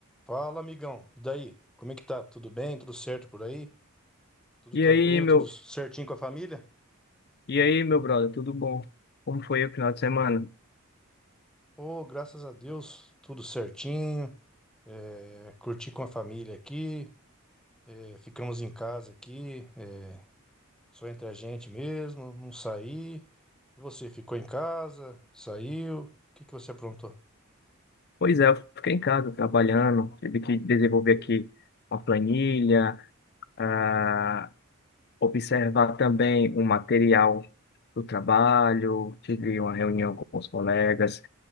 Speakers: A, in the centre; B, on the left (about 50°).
A: Fala, amigão. E daí? Como é que tá? Tudo bem? Tudo certo por aí? Tudo
B: E
A: tranquilo?
B: aí, meu,
A: Tudo certinho com a família?
B: e aí, meu brother, tudo bom? Como foi o final de semana?
A: Oh, graças a Deus, tudo certinho. É, curti com a família aqui. É, ficamos em casa aqui, é, só entre a gente mesmo, não saí. E você ficou em casa? Saiu? O que que você aprontou?
B: Pois é, eu fiquei em casa trabalhando, tive que desenvolver aqui uma planilha, ah, observar também um material do trabalho, tive uma reunião com os colegas,